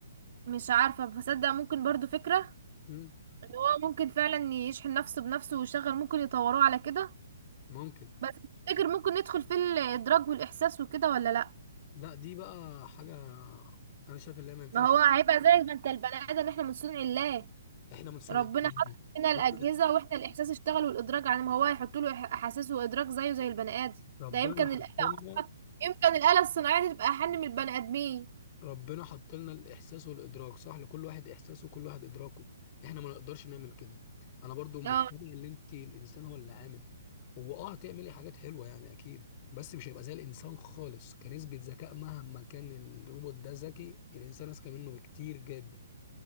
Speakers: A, on the right; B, on the left.
A: مش عارفة بصدق ممكن برضه فكرة
B: مم.
A: ان هو ممكن فعلا يشحن نفسه بنفسه ويشغل ممكن يطوروه على كده
B: ممكن
A: بس تفتكر ممكن ندخل في الإدراك والإحساس وكده ولا لأ
B: لا دي بقى حاجه انا شايف ان هي ما ينفعش
A: ما هو هيبقى زي ما انت البني ادم احنا من صنع الله
B: احنا من صنع
A: ربنا
B: الكلام
A: حط
B: دي
A: فينا الأجهزة
B: ربنا
A: واحنا الإحساس اشتغل والإدراك عن ما هو هيحط له إح- أحاسيس وإدراك زيه زي البني آدم
B: ربنا
A: ده يمكن
B: حطنا
A: الآلة أصلا يمكن الآلة الصناعية دي تبقى أحن من البني آدمين
B: ربنا حط لنا الاحساس والادراك صح لكل واحد احساسه وكل واحد ادراكه احنا ما نقدرش نعمل كده انا برضو مقتنع
A: اه
B: ان انت الانسان هو اللي عامل هو اه هتعملي حاجات حلوه يعني اكيد بس مش هيبقى زي الانسان خالص كنسبه ذكاء مهما كان الروبوت ده ذكي الانسان اذكى منه بكتير جدا